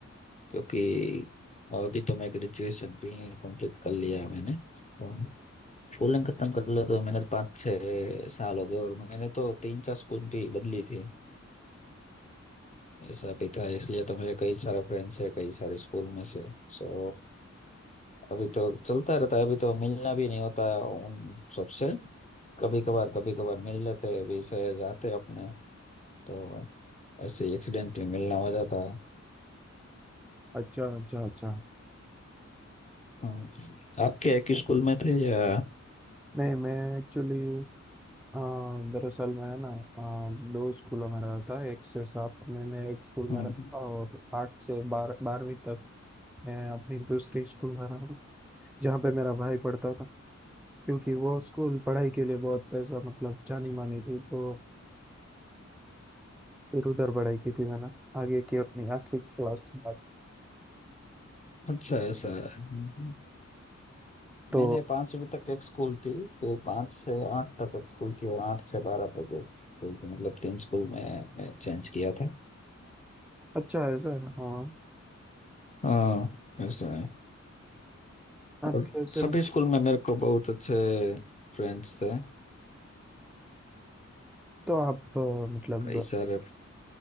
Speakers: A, on the left; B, in the centre.
A: क्योंकि अभी तो मैं ग्रेजुएशन भी कंप्लीट कर लिया है मैंने और स्कूलिंग खत्म कर लिया तो मैंने पाँच छः साल हो गए और मैंने तो तीन चार स्कूल भी बदली थी ऐसा भी था इसलिए तो मेरे कई सारे फ्रेंड्स है कई सारे स्कूल में से सो अभी तो चलता रहता है अभी तो मिलना भी नहीं होता है उन सबसे कभी कभार कभी कभार मिल लेते हैं अभी से जाते अपने तो ऐसे एक्सीडेंटली मिलना हो जाता है
B: अच्छा अच्छा अच्छा
A: हम्म, आपके एक स्कूल में थे या
B: नहीं मैं एक्चुअली हाँ दरअसल मैं ना हाँ, दो स्कूलों में रहा था एक से सात में मैं एक स्कूल
A: हम्म,
B: में रहा था और आठ से बार बारहवीं तक मैं अपनी दूसरी स्कूल में रहा जहाँ पे मेरा भाई पढ़ता था क्योंकि वो स्कूल पढ़ाई के लिए बहुत ऐसा मतलब जानी मानी थी तो फिर उधर पढ़ाई की थी मैंने आगे की अपनी आठवीं क्लास के बाद
A: अच्छा ऐसा है हम्म, हम्म।
B: तो
A: मैंने पांचवी तक एक स्कूल थी फिर पांच से आठ तक एक स्कूल थी और आठ से बारह तक एक स्कूल थी मतलब तीन स्कूल में मैं चेंज किया था
B: अच्छा ऐसा है, हाँ
A: हाँ ऐसा है
B: आप
A: और
B: कैसे
A: सभी
B: मतलब-
A: स्कूल में मेरे को बहुत अच्छे फ्रेंड्स थे
B: तो आप अ, मतलब
A: कई सारे